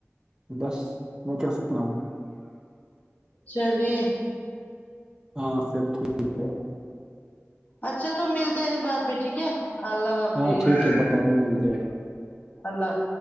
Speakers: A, on the right; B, on the left.
A: بس میں کیا سناؤں
B: چلیے
A: ہاں سب ٹھیک ہے
B: اچھا تو ملتے ہیں بعد میں ٹھیک ہے اللہ حافظ
A: ہاں ٹھیک ہے بعد میں ملتے ہیں
B: اللہ